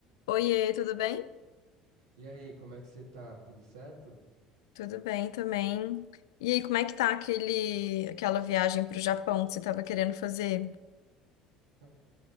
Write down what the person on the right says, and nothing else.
E aí, como é que você tá? Tudo certo?
Ah,